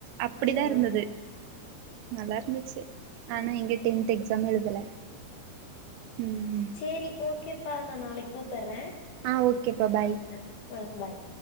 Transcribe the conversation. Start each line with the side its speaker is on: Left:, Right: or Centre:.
Right: அப்படிதான்
Left: ஆ
Right: இருந்தது நல்லா இருந்துச்சு
Left: ஆ
Right: ஆனா
Left: ஓகே
Right: எங்க டென்த் எக்ஸாம் எழுதல ம்
Left: சேரி ஓகேப்பா நான் நாளைக் கூப்பறன்
Right: ஆ ஓகேப்பா பாய்
Left: ஆ ஆ ஆ பாய்